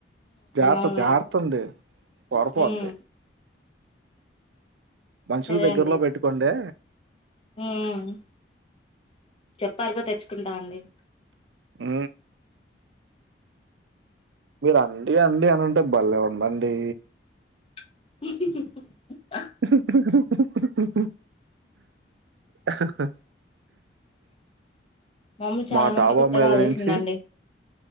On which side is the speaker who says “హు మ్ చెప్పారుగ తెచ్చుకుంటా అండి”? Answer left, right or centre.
Left